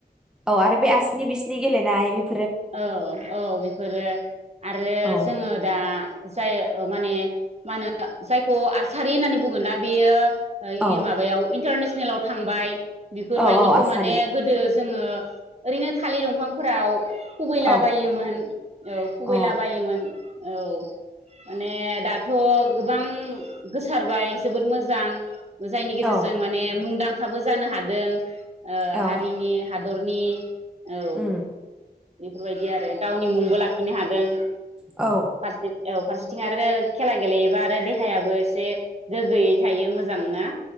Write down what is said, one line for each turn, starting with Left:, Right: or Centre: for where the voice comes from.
Centre: औ आरो बे आसिनि बिसिनि गेले <unintelligible> <unintelligible>
Right: ओ औ बेफोरो आरो
Centre: औ
Right: जोङो दा जाय ओ माने मा होनो जायखौ आरसारि होननानै बुङोना बेयो ओइ
Centre: औ
Right: माबायाव इन्टारनेस नेलाव थांबाय बेफोरबायदिखौ
Centre: औ औ आसारि
Right: माने गोदो जोङो ओरैनो थालि दंफांफोराव खुबैला
Centre: औ
Right: बायोमोन औ खुबैला
Centre: अ
Right: बायोमोन औ माने दाथ गोबां गोसारबाय जोबोद मोजां जायनि गेजेरजों
Centre: औ
Right: माने मुंदांखाबो जानो हादों ओ
Centre: औ
Right: हारिनि हादरनि औ
Centre: उम
Right: बेफोरबायदि आरो गावनि मुंबो लाखिनो हादों।
Centre: औ
Right: फारसेथि औ फारसेथिं आरो खेला गेलेयोबा आरो देहायाबो एसे गोग्गोयै थायो मोजां ना